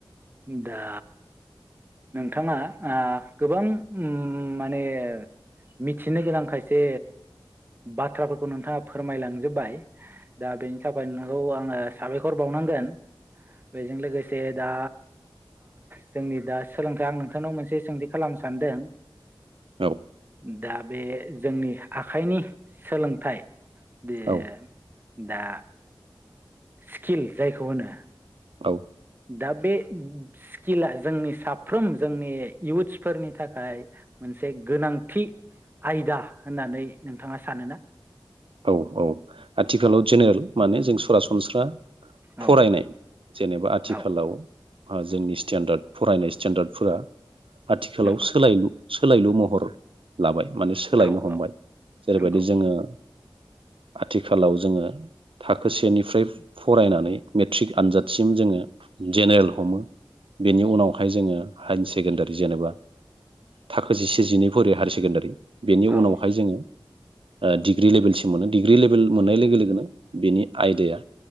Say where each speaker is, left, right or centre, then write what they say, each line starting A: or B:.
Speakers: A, on the right (about 25°); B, on the right (about 80°).
A: दा नोंथाङा ओ गोबां उम माने मिथिनो गोनां खायसे बाथ्राफोरखौ नोंथाङा फोरमायलांजोबबाय दा बेनि थाखाय नोंथांखौ आङो साबायखर बावनांगोन। बेजों लोगोसे दा जोंनि दा सोलोंथाइ आं नोंथांनाव मोनसे सोंथि खालामनो सानदों
B: औ।
A: दा बे जोंनि आखाइनि सोलोंथाइ दे ।
B: औ
A: दा स्किल जायखौ होनो
B: औ।
A: दा बे स्किला जोंनि साफ्रोम जोंनि इयउथ्सफोरनि थाखाय मोनसे गोनांथि आयदा होननानै नोंथाङा सानोना?
B: औ औ आथिखालाव
A: औ
B: जेनेरेल माने जों सरासनस्रा सरासनस्रा
A: औ
B: फरायनाय जेनेबा आथिखालाव
A: औ
B: जोंनि स्टेन्डार्ड फरायनाय स्टेन्डार्डफोरा आथिखालाव
A: नंगौ
B: सोलायलु सोलायलु महर लाबाय। माने सोलायनो
A: औ
B: हमबाय
A: औ
B: जेरैबायदि
A: नंगौ
B: जोङो आथिखालाव जोङो थाखो सेनिफ्राय फरायनानै मेट्रिक आनजादसिम जोङो जेनेरेल हमो बेनि उनावहाय जोङो हाय सेकेण्डारि जेनेबा थाखो जिसेजिनै फरियो हायार सेकेण्डारि बेनि
A: औ
B: उनावहाय जोङो डिग्रि लेभेलसि मोनो डिग्रि लेभेल मोननाय लोगो लोगोनो बेनि आयदाया